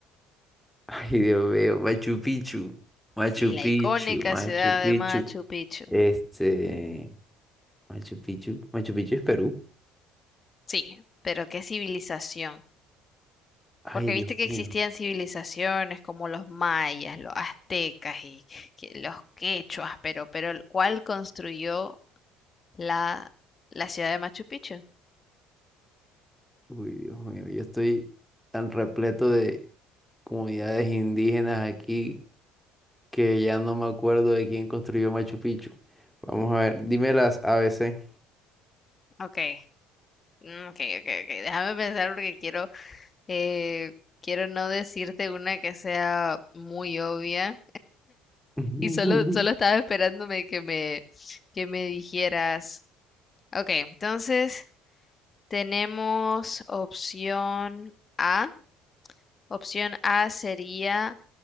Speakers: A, in the centre; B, on the left.
A: <laughs> Ay, Dios mío, Machu Picchu, Machu
B: Sí, la
A: Picchu,
B: icónica
A: Machu
B: ciudad
A: Picchu.
B: de Machu Picchu.
A: Este, Machu Picchu, Machu Picchu es Perú.
B: Sí, pero ¿qué civilización?
A: Ay,
B: Porque
A: Dios
B: viste que
A: mío,
B: existían civilizaciones como los mayas, los aztecas y que- los quechuas, pero, pero el- ¿cuál construyó la, la ciudad de Machu Picchu?
A: uy, Dios mío, yo estoy tan repleto de comunidades indígenas aquí que ya no me acuerdo de quién construyó Machu Picchu. Vamos a ver, dime las A B C,
B: Ok, mm, ok, ok, ok. Déjame pensar porque quiero, eh, quiero no decirte una que sea muy obvia.
A: <laughs>
B: Y solo, solo estaba esperándome que me, que me dijeras. Ok, entonces tenemos opción A. Opción A sería